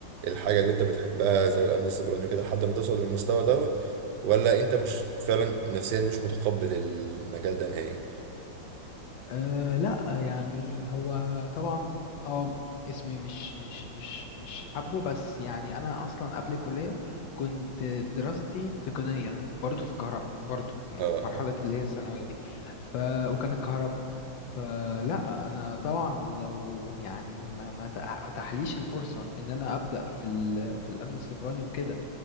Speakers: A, on the right; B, on the left.
A: الحاجة اللي انت بتحبها زي الامن السيبراني وكده لحد ما توصل للمستوى دوت ولا انت مش فعلا نفسيا مش متقبل المجال ده نهائي
B: أه لا يعني هو طبعا اه اسمي مش مش مش مش حبه بس يعني انا اصلا قبل الكليه كنت دراستي تقنيه برضو في الكهرباء برضو يعني
A: اه
B: في مرحله اللي هي الثانويه دي ف وكانت كهرباء فلا انا طبعا لو يعني ما ما تع- ما تحليش الفرصه ان انا ابدا في ال... في الامن السيبراني وكده